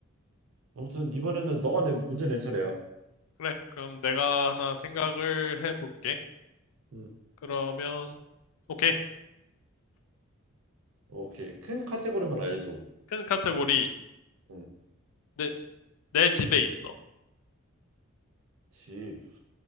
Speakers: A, on the right; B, on the left.
A: 아무튼 이번에는 너가 내 문제 낼 차례야.
B: 그래. 그럼 내가 하나 생각을 해볼게.
A: 응.
B: 그러면, 오케이.
A: 오케이. 큰 카테고리만 알려줘.
B: 큰 카테고리.
A: 응.
B: 내, 내 집에 있어.
A: 집,